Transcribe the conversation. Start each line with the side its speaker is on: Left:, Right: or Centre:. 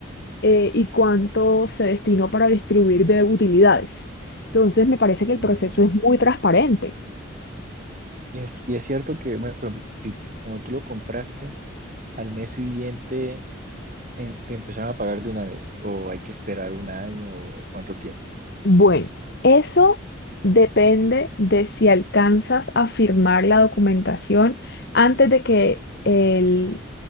Left: eh, y cuánto se destinó para distribuir de utilidades. Entonces, me parece que
Right: Mm,
Left: el proceso es muy transparente.
Right: y, es, y es cierto que, bueno, por ejemplo, si- cuando tú lo compraste, al mes siguiente en- te empezaron a pagar de una vez, o hay que esperar un año, o cuánto tiempo.
Left: Bueno, eso depende de si alcanzas a firmar la documentación antes de que el